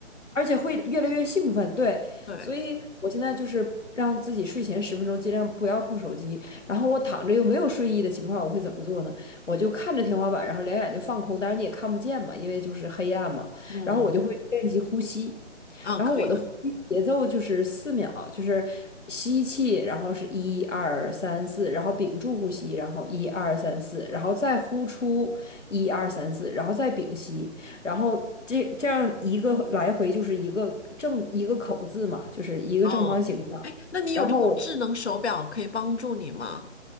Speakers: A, on the left; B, on the left.
A: 而且会越来越兴奋，对，
B: 对，
A: 所以我现在就是让自己睡前十分钟尽量不要碰手机，然后我躺着又没有睡意的情况，我会怎么做呢？我就看着天花板，然后两眼就放空，当然你也看不见嘛，因为就是黑暗嘛。
B: 嗯嗯
A: 然后我就会练习呼吸，
B: 嗯，
A: 然后我的呼吸节奏就是四秒，
B: 可以的。
A: 就是吸气，然后是一二三四，然后屏住呼吸，然后一二三四，然后再呼出一二三四，然后再屏息，然后这这样一个来回就是一个正一个口字嘛，就是一个正方形的。
B: 嗯，哎，那你有这种智能手表可以帮助你吗？
A: 然后我